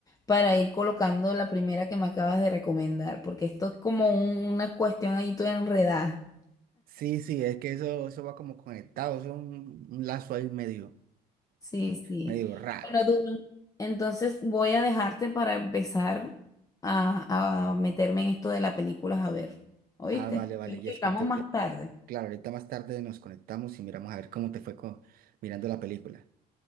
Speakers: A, on the left (about 20°); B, on the right (about 60°).
A: para ir colocando la primera que me acabas de recomendar, porque esto es como un- una cuestión ahí toda enredada.
B: Sí, sí, es que eso, eso va como conectado, eso es un, un lazo ahí medio,
A: Sí, sí.
B: medio raro.
A: Bueno, Dublín, entonces voy a dejarte para empezar a, a meterme en esto de las películas a ver. ¿Oíste?
B: Ah, vale, vale,
A: Creo
B: Jessica.
A: que hablamos más tarde.
B: Claro, ahorita más tarde nos conectamos y miramos a ver cómo te fue co- mirando la película.